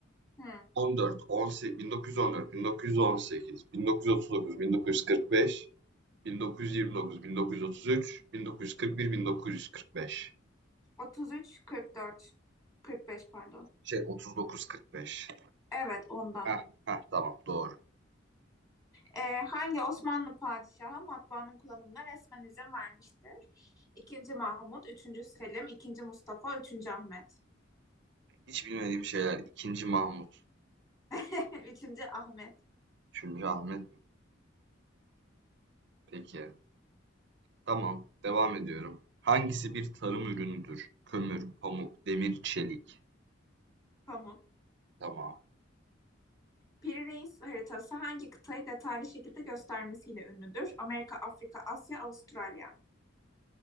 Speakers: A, on the left (about 20°); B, on the right (about 60°).
A: Hı.
B: 14, 18, 1914, 1918, 1939, 1945, 1929, 1933, 1941, 1945.
A: 33, 44, 45 pardon.
B: Şey 39, 45.
A: Evet ondan.
B: Heh, heh, tamam doğru.
A: Ee, hangi Osmanlı padişahı matbaanın kullanımına resmen izin vermiştir? İkinci Mahmut, üçüncü Selim, ikinci Mustafa, üçüncü Ahmet.
B: Hiç bilmediğim şeyler. İkinci Mahmut,
A: <laughs> Üçüncü Ahmet
B: üçüncü Ahmet mi? Peki. Tamam, devam ediyorum. Hangisi bir tarım ürünüdür? Kömür, pamuk, demir, çelik.
A: Pamuk.
B: Tamam.
A: Piri Reis haritası hangi kıtayı detaylı şekilde göstermesiyle ünlüdür? Amerika, Afrika, Asya, Avustralya.